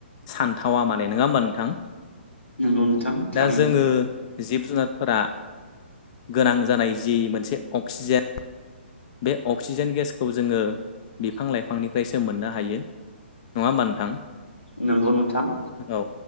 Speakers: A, on the left; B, on the left.
A: सानथावा माने नङा होमबा नोंथां।
B: नंगौ नोंथां थारैनो
A: दा जोङो जिब जुनारफोरा गोनां जानाय जि मोनसे अक्सिजेन बे अक्सिजेन गेसखौ जोङो बिफां लाइफांनिफ्रायसो मोननो हायो नङा होमबा नोंथां?
B: नंगौ नोंथां।
A: औ